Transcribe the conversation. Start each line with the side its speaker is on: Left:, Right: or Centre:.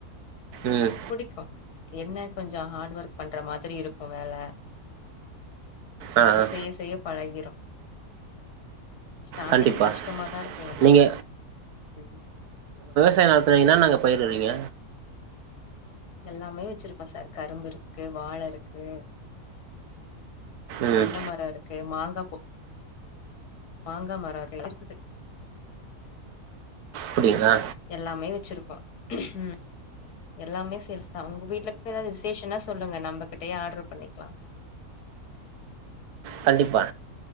Right: ம்
Left: புடிக்கு என்ன கொஞ்சோ ஹார்டு ஒர்க் பண்ற மாதிரி இருக்கு வேல
Right: ஆ
Left: அது
Right: ஆ
Left: செய்ய செய்ய பழகிரு ஸ்டார்டிங்கு
Right: கண்டிப்பா
Left: கஷ்டமாதா இருக்கு எல்லாமே
Right: நீங்க
Left: ம்
Right: தே நடத்துறீங்கனா நாங்க போயிடுறீங்க
Left: எல்லாமே வச்சிருக்கோ சார் கரும்பு இருக்கு வாழ இருக்கு
Right: ம்
Left: தென்னை மர இருக்கு மாங்கா மாங்க மர <inaudible> இருக்குது
Right: அப்டிங்களா
Left: எல்லாமே வச்சிருக்கோ ம் எல்லாமே ஸ் கிற்ஸ் தா உங்க வீட்ல <inaudible> ஏதாவது விசேஷ்னா சொல்லுங்க நம்ம கிட்டயே ஆர்டரு பண்ணிக்கலா
Right: கண்டிப்பா